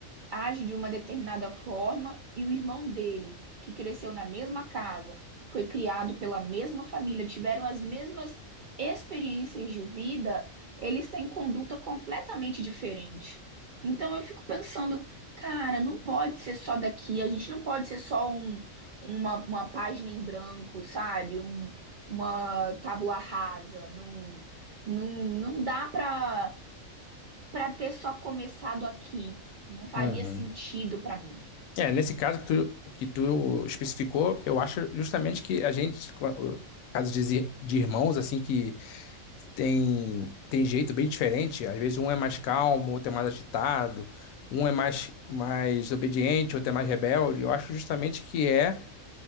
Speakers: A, on the right (about 60°); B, on the left (about 80°).
A: age de uma determinada forma e o irmão dele, que cresceu na mesma casa, foi criado pela mesma família, tiveram as mesmas experiências de vida, eles têm conduta completamente diferente. Então eu fico pensando, cara, não pode ser só daqui, a gente não pode ser só um, uma, uma página em branco, sabe? Um, uma tábula rasa, não, não, não dá para para ter só começado aqui. Não faria
B: Uhum.
A: sentido para mim.
B: É, nesse caso que tu, que tu especificou, eu acho justamente que a gente, co- casos de, zi- de irmãos, assim, que tem, tem jeito bem diferente, às vezes um é mais calmo, outro é mais agitado, um é mais, mais obediente, outro é mais rebelde, eu acho justamente que é.